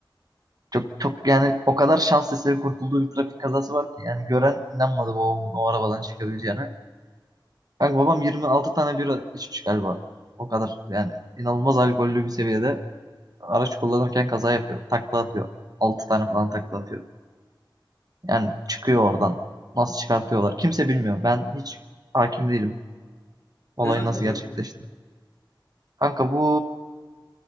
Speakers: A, on the right; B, on the left.
A: Çok çok yani o kadar şans eseri kurtulduğu bir trafik kazası var ki yani gören inanmadı babamın o arabadan çıkabileceğine. Kanka babam 26 tane bira içmiş galiba. O kadar yani inanılmaz alkollü bir seviyede araç kullanırken kaza yapıyor. Takla atıyor. 6 tane falan takla atıyor. Yani çıkıyor oradan. Nasıl çıkartıyorlar? Kimse bilmiyor. Ben hiç hakim değilim. Olayın
B: Ne zaman
A: nasıl
B: oluyor
A: gerçekleşti.
B: bu?
A: Kanka bu